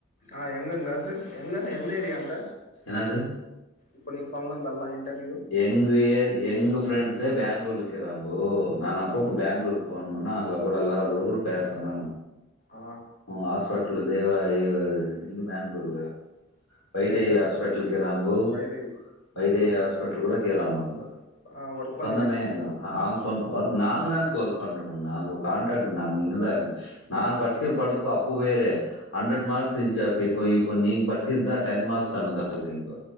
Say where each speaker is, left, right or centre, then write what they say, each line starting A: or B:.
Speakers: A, on the left; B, on the left.
A: ஆ எங்கங்க அது எங்க எந்த ஏரியாங்க
B: என்னது
A: இப்ப நீங் சொன்னந்த ல்லா இன்டர்வியூ
B: எங்க ஏர் எங்க ஃப்ரெண்ட்ஸே பெங்ளூர்ல கிறாங்கோ நானு அப்பப்போ பெங்ளூர் ஃபோன் பண்ணா அவங்களா கூட எல்லார் கூட கூட பேசனு
A: ஆ
B: உ ஹாஸ்பெட்ல <unintelligible> இல்ல பெங்ளூர்ல வைதேகி
A: ஜெயதேவ்
B: ஆஸ்பெட்லு கீறாங்கோ
A: வைதேவ்
B: வைதேகி
A: ம்
B: ஆஸ்பெட்லு கூட கீறாங்கோ அங்க
A: ஆ ஒர்க் பண்ணிட்டு
B: சொன்னமே
A: இருக்குங்களா
B: <unintelligible> டக் நாங் இங்கதான் இருந்து நா பட்சிகிற படுப்பு அப்போ வேரு ஹண்ட்ரட் மார்க்ஸ்
A: ம்
B: இந்ச்சி அப் ப்ப இப்போ இப்போ நீங் பட்ச்சது தா டென் மார்க்ஸ் அதுதா <unintelligible>